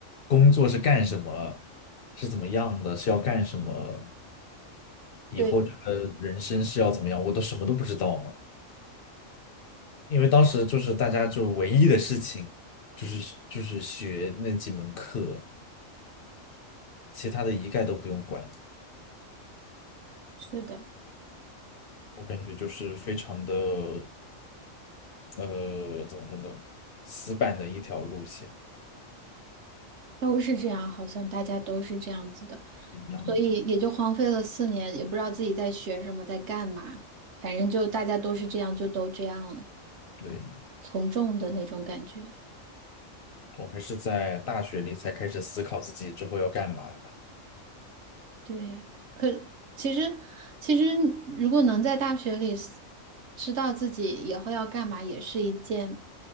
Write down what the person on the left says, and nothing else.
工作是干什么，是怎么样的，是要干什么，以后这个人生是要怎么样，
我都什么都不知道嘛。因为当时就是大家就唯一的事情就是就是学那几门课，其他的一概都不用管。
我感觉就是非常的呃，怎么说呢，死板的一条路线
是一样的。
对，
我还是在大学里才开始思考自己之后要干嘛。